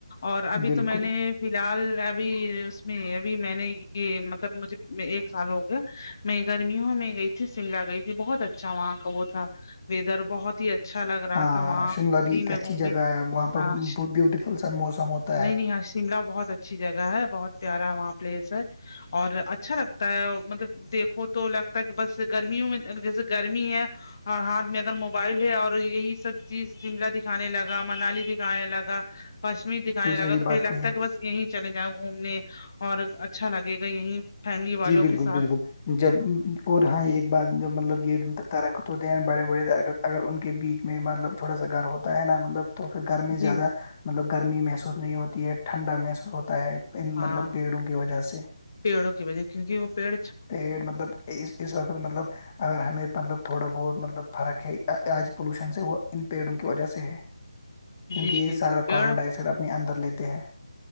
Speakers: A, on the left (about 45°); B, on the left (about 30°).
A: اور ابھی
B: بالکل
A: تو میں نے فی الحال ابھی اس میں ابھی میں نے یہ مطلب مجھے ایک سال ہو گیا میں گرمیوں میں گئی تھی شملہ گئی تھی بہت اچھا وہاں کا وہ تھا ویدر بہت ہی اچھا لگ رہا
B: ہاں
A: تھا وہاں
B: شملہ
A: فری
B: بھی ایک
A: میں
B: اچھی
A: گھمی
B: جگہ ہے وہاں پر
A: ہاں
B: بہت بیوٹیفل سا موسم ہوتا
A: نہیں
B: ہے
A: نہیں شملہ بہت اچھی جگہ ہے بہت پیارا وہاں پلیس ہے اور اچھا لگتا ہے مطلب دیکھو تو لگتا ہے کہ بس گرمیوں میں جیسے گرمی ہے اور ہاتھ میں اگر موبائل ہے اور یہی سب چیز شملہ دکھانے لگا منالی دکھانے لگا کشمیر دکھانے
B: بالکل
A: لگا
B: صحیح
A: تو
B: بات
A: پہ لگتا
B: کہی آپ
A: ہے کہ
B: نے۔
A: بس یہیں چلے جاؤں گھومنے اور اچھا لگے گا یہیں فیملی
B: جی
A: والوں
B: بالکل
A: کے ساتھ
B: بالکل جب اور ہاں ایک بار جب مطلب یہ درخت ہوتے ہیں بڑے بڑے درخت اگر ان کے بیچ میں مطلب تھوڑا سا گھر ہوتا ہے نا مطلب تو پھر گھر میں
A: جی
B: زیادہ مطلب گرمی محسوس نہیں ہوتی ہے ٹھنڈا محسوس ہوتا ہے ان
A: ہاں
B: مطلب پیڑوں کی وجہ سے
A: پیڑوں کی بجے کیونک وہ پڑ
B: پیڑ مطلب اس اس وقت مطلب اگر ہمیں مطلب تھوڑا بہت مطلب فرق ہے آج پولوشن سےا ان پیڑوں کی وجہ سے ہے
A: جی
B: کیونکہ یہ
A: جی
B: سارا
A: جی پیڑ
B: کاربن ڈائی آکسائڈ اپنے اندر لیتے ہیں